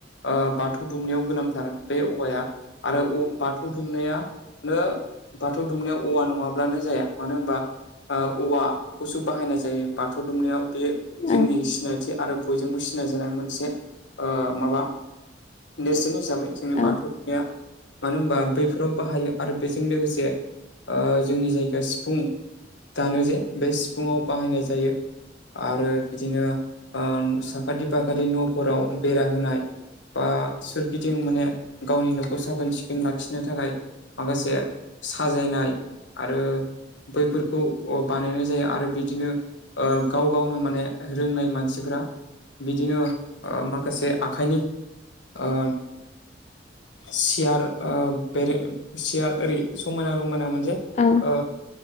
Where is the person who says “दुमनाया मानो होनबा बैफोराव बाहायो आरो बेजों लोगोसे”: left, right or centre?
Left